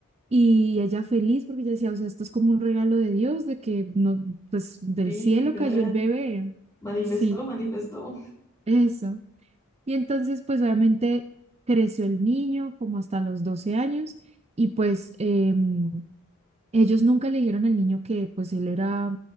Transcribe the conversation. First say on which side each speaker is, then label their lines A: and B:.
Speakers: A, on the right; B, on the left.
A: Y ella feliz porque ella decía, o sea, esto es como un regalo de Dios, de que no, pues del
B: literal.
A: cielo cayó el bebé.
B: Manifestó,
A: Sí,
B: manifestó.
A: eso. Y entonces pues obviamente creció el niño como hasta los 12 años y pues... em, ellos nunca le dijeron al niño que pues él era,